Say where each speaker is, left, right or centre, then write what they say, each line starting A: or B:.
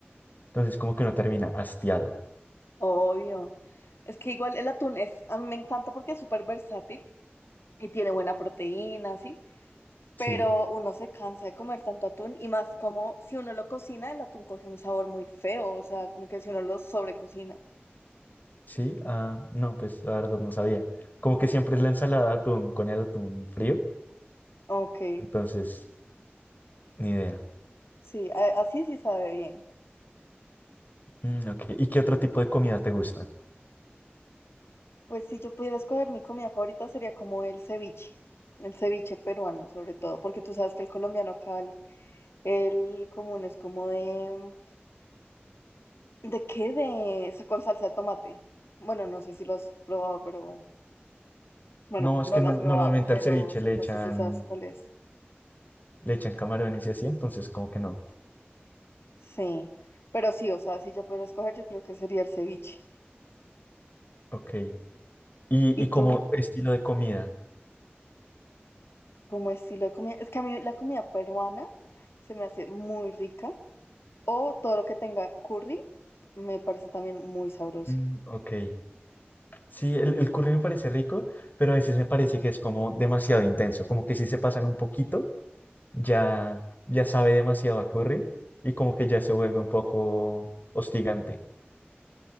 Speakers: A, on the left (about 45°); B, on the left (about 85°).
A: Entonces, como que uno termina hastiado.
B: Obvio. Es que igual el atún es, a mí me encanta porque es súper versátil y tiene buena proteína, ¿sí? Pero
A: Sí.
B: uno se cansa de comer tanto atún y más como si uno lo cocina, el atún coge un sabor muy feo, o sea, como que si uno lo sobrecocina.
A: Sí, ah, no, pues la verdad no sabía. Como que siempre es la ensalada de atún con el atún frío,
B: Ok,
A: entonces ni idea.
B: sí, a- así sí sabe bien.
A: Mm, ok. ¿Y qué otro tipo de comida te gusta?
B: Pues si yo pudiera escoger mi comida favorita sería como el ceviche, el ceviche peruano sobre todo, porque tú sabes que el colombiano acá El común es como de... ¿De qué? De... con salsa de tomate. Bueno, no sé si lo has probado, pero... Bueno,
A: No, es
B: no
A: que
B: lo
A: no-
B: has
A: normalmente
B: probado, pero
A: al ceviche le
B: no
A: echan,
B: sé si sabes cuál es.
A: le echan camarones y así, entonces como que no.
B: Sí, pero sí, o sea, si yo pudiera escoger, yo creo que sería el ceviche.
A: Ok. ¿Y, y
B: ¿Y
A: como
B: tú?
A: estilo de comida?
B: ¿Cómo estilo de comida? Es que a mí la comida peruana se me hace muy rica. O todo lo que tenga curry me parece también muy sabroso.
A: Mm, ok. Sí, el, el curry me parece rico, pero a veces me parece que es como demasiado intenso, como que si se pasan un poquito, ya, ya sabe demasiado a curry y como que ya se vuelve un poco hostigante.